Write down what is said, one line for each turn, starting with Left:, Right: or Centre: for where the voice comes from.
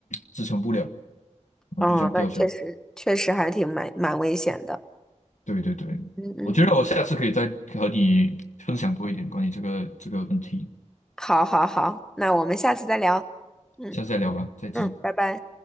Left: 支撑不了，然后就这样掉下来。
Centre: 哦，那确实确实还挺蛮蛮危险的。
Left: 对对对，
Centre: 嗯嗯，
Left: 我觉得我下次可以再和你分享多一点关于这个这个问题，
Centre: 好好好，那我们下次再聊。嗯
Left: 下次再聊吧，再见。
Centre: 嗯，拜拜。